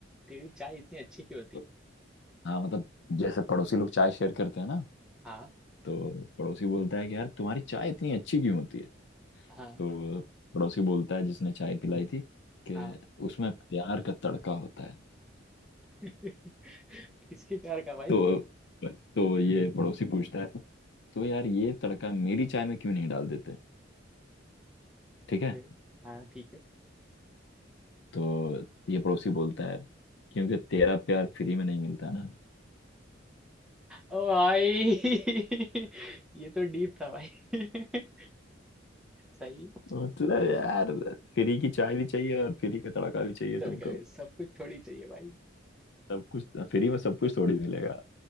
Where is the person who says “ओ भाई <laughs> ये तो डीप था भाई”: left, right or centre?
Centre